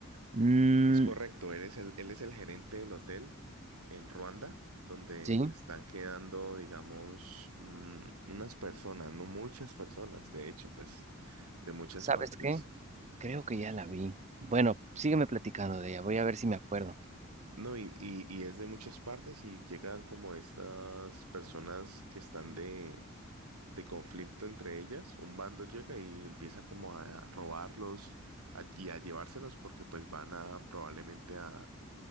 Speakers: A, on the right; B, on the right.
A: Mm,
B: Es correcto, él es el, él es el gerente del hotel en Ruanda, donde
A: sí,
B: se están quedando, digamos, mm, unas personas, no muchas personas, de hecho, pues, de muchas
A: ¿sabes
B: partes.
A: qué? Creo que ya la vi. Bueno, sígueme platicando de ella, voy a ver si me acuerdo.
B: No, y, y, y es de muchas partes y llegan como estas personas que están de, de conflicto entre ellas. Un bando llega y empieza como a robarlos a- y a llevárselos porque pues van a probablemente a